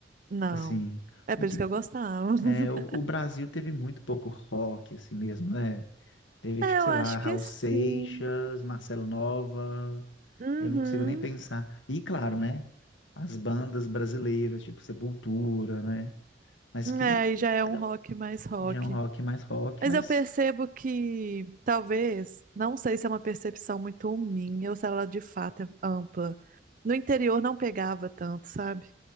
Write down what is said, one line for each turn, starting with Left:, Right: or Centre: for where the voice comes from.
Right: não.
Left: Assim,
Right: É por
Left: o que
Right: isso que eu gostava. <laughs>
Left: é, o, o Brasil teve muito pouco rock, assim mesmo, né? Teve,
Right: É,
Left: tipo,
Right: eu
Left: sei
Right: acho
Left: lá, Raul
Right: que sim.
Left: Seixas, Marcelo Nova,
Right: Uhum.
Left: Eu não consigo nem pensar. E claro, né? As bandas brasileiras, tipo Sepultura, né? Mas
Right: É,
Left: que
Right: aí já é
Left: era
Right: um rock mais rock.
Left: já é um rock mais rock,
Right: Mas
Left: mas
Right: eu percebo que talvez, não sei se é uma percepção muito minha ou se ela de fato é ampla. No interior não pegava tanto, sabe?